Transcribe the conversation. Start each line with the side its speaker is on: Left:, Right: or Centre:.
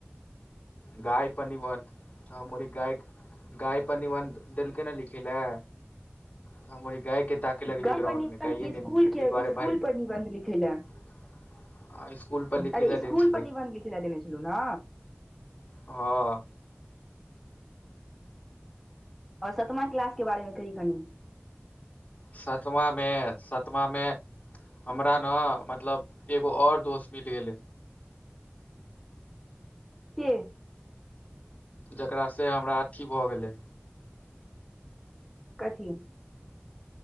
Left: गाय पर निबन्ध गाय गाय पर निबन्ध देलकै ने लिखै लए तऽ हम ओ गायके ताकऽ लगलियै
Centre: गाय
Left: ग्राउंडमे
Centre: पर निबंध
Left: गाय
Centre: कि स्कूल
Left: नहि भेटलै
Centre: के
Left: ताहि दुआरे
Centre: स्कूल
Left: भागि गेलियै
Centre: पर निबंध लिखै लए
Left: आ स्कूल पर लिखै
Centre: अरे
Left: ला
Centre: स्कूल
Left: देने छलै
Centre: पर निबन्ध लिख लए देने छलहुँ ने
Left: हँ
Centre: आओर सातम क्लासक बारेमे कही कनी
Left: सातममे सातममे हमरा ने मतलब एगो और दोस्त मिल गेलै
Centre: के
Left: जकरा सँ हमरा अथी भऽ गेलै
Centre: कथी